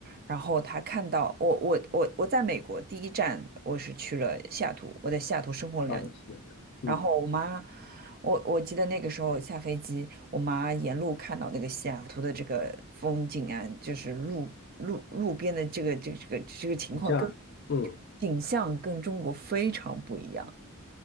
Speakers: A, on the right (about 40°); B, on the left (about 50°).
A: 然后她看到我我我我在美国第一站我是去了西雅图，我在西雅图生活了两年。
B: 啊，是的，嗯，
A: 然后我妈，我我记得那个时候下飞机，我妈沿路看到那个西雅图的这个风景啊，就是路路路边的这个这个这个这个情况跟
B: 这样，嗯
A: 景象跟中国非常不一样。